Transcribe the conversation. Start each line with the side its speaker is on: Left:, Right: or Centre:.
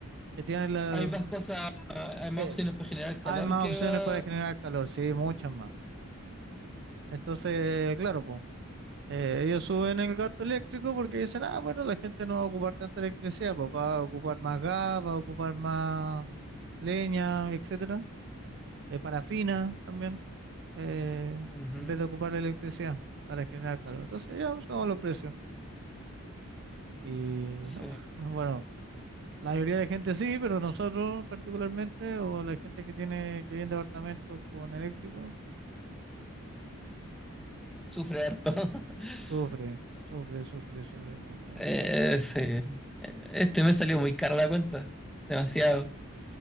Right: que tiene la...
Centre: Hay más cosas, hay más
Right: eh,
Centre: opciones para generar calor
Right: hay más
Centre: que
Right: opciones
Centre: va.
Right: para generar calor, sí, muchas
Centre: mm,
Right: más. Entonces, claro, pues. Eh, ellos suben el gasto eléctrico porque dicen, ah, bueno, la gente no va a ocupar tanta electricidad, pues va a ocupar más gas, va a ocupar más leña, etcétera, eh, parafina también, eh,
Centre: ujú.
Right: en vez de ocupar la electricidad para generar calor. Entonces ya buscamos los precios. Y
Centre: Sí,
Right: no, <laughs> bueno, la mayoría de la gente sí, pero nosotros particularmente, o la gente que tiene, que vive en departamentos con eléctrico,
Centre: sufre harto. <laughs>
Right: sufre, sufre, sufre, sufre mucho.
Centre: Eh, sí. Eh, Este me salió muy caro la cuenta. Demasiado.